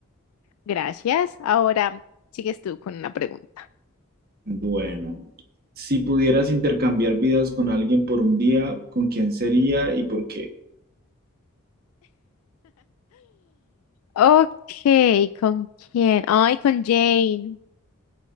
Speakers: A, on the left; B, on the right.
A: gracias. Ahora sigues tú con una pregunta.
B: Bueno, si pudieras intercambiar vidas con alguien por un día, ¿con quién sería y por qué?
A: Ok, ¿con quién? Ay, con Jane,